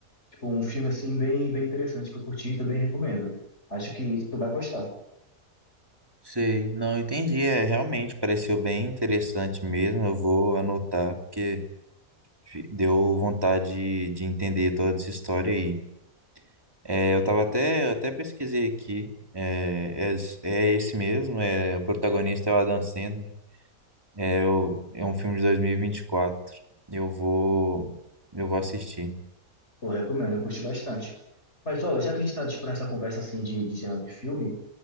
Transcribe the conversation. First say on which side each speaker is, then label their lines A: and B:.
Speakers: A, on the left (about 50°); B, on the right (about 15°).
A: Tipo, um filme, assim, bem, bem interessante que eu curti e também recomendo. Acho que tu vai gostar.
B: Sei, não entendi. É, realmente pareceu bem interessante mesmo. Eu vou anotar, porque fi- deu vontade de, de entender toda essa história aí. É, eu tava até, eu até pesquisei aqui. É, é, s- é esse mesmo, é, o protagonista é o Adam Sandler. É, o- é um filme de dois mil e e vinte e quatro, Eu vou, eu vou assistir.
A: eu recomendo, eu curti bastante. Mas, ó, já que a gente tá, tipo, nessa conversa, assim, de, de gênero de filme,